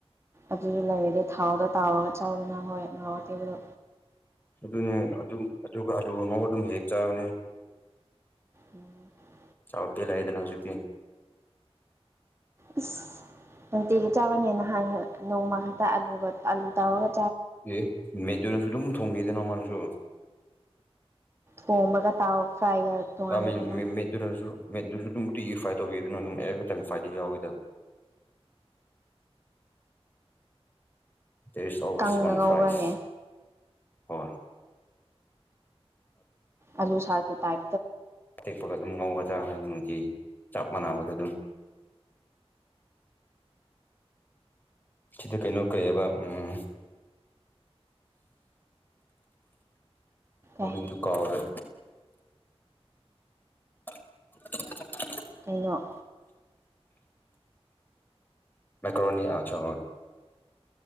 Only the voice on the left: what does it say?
ꯑꯗꯨꯅꯦ ꯑꯗꯨꯝ ꯑꯗꯨ ꯃꯧ ꯑꯗꯨꯝ ꯍꯦꯛ ꯆꯥꯕꯅꯦ
ꯆꯥꯎꯥꯎ ꯄ ꯂꯗꯅ ꯍꯧꯖꯤꯛꯛꯇꯤ
ꯑꯦ ꯃꯦꯗꯨꯅꯁꯨ ꯑꯗꯨꯝ ꯊꯣꯡꯕꯤꯗꯅ ꯃꯥꯅꯁꯨ
ꯑ ꯃꯤ ꯃꯤ ꯏꯗ꯭ꯔꯁꯨ ꯃꯤꯠꯂꯨꯁꯨ ꯑꯗꯨꯝ ꯇꯤ ꯏꯐꯥꯏ ꯇꯧꯕꯤꯗꯨꯅ ꯑꯗꯨꯝ ꯑꯦꯚ ꯇꯥꯏꯝ ꯐꯥꯏꯗꯤ ꯌꯥꯎꯋꯤꯗ ꯗꯦꯔ ꯏꯁꯖ ꯑꯣꯜꯋꯦꯁ
ꯋꯥꯟ
ꯐ꯭ꯔꯥꯏꯁ ꯍ
ꯇꯦꯛꯄꯒ ꯑꯗꯨꯝ ꯉꯒꯅꯤ ꯅꯨꯡ ꯆꯞ ꯃꯥꯟꯅꯕꯗ ꯑꯗꯨꯝ ꯁꯤꯗꯤ ꯀꯩꯅꯣ ꯀꯩ ꯍꯥꯏꯕ ꯎꯝ ꯃꯃꯤꯗꯨ
ꯀꯥꯎꯔꯦ <unintelligible>
ꯃꯀꯅꯤ ꯑꯆꯥ